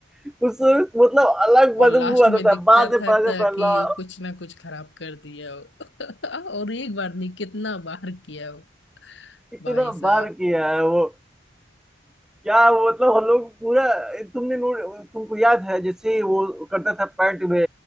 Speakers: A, in the centre; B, on the left (about 70°).
A: कुछ मतलब अलग
B: और
A: बदबू
B: लास्ट में
A: आता
B: दिखता
A: था बाद में
B: था,
A: पता
B: था
A: चलता था, "ला,
B: कि वो कुछ ना कुछ खराब कर दिया हो। <laughs> और एक बार नहीं कितना बार किया हो
A: कितना
B: भाई साहब
A: बार किया है वो क्या वो मतलब हम लोग पूरा तुमने नोट तुमको याद है जैसे ही वो करता था पैंट में